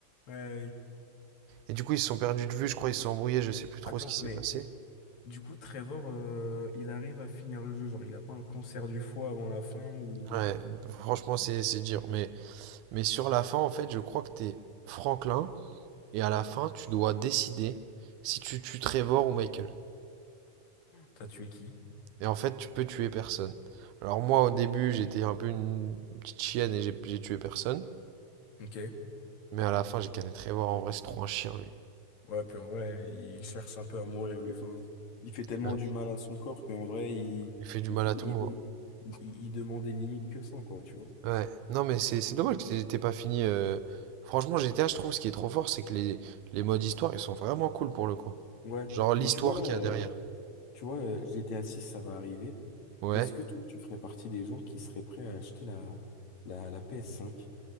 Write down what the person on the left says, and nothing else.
Ouais.
Attends,
mais
du coup, Trevor, euh, il arrive à finir le jeu. Genre, il a pas un cancer du foie avant la fin ou
t'as tué qui?
Ok.
Ouais, puis en vrai, il cherche un peu à mourir, lui. Enfin, il fait tellement
du mal à son corps qu'en vrai, il,
il,
il,
il- il demandait limite que ça, quoi, tu vois.
Et-
Ouais.
Mais tu vois, là,
euh,
tu vois, euh, GTA 6, ça va arriver.
Est-ce que toi, tu ferais partie des gens qui seraient prêts à acheter la, la, la PS5